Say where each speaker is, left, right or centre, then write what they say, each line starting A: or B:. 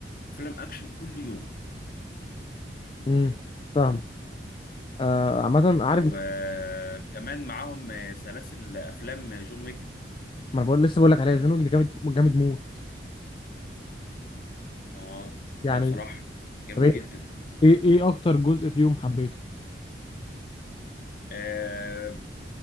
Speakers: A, on the left; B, on the left.
A: افلام اكشن كل يوم
B: امم فاهم آه عامه
A: وكمان
B: عارف ما
A: معاهم سلاسل افلام جون ويك
B: انا بقول لسه بقول لك عليها جون ويك ده جامد جامد موت
A: اه
B: يعني
A: اه بصراحة جامدة
B: طب ايه
A: جدا
B: ايه إيه اكتر جزء فيهم حبيته
A: آه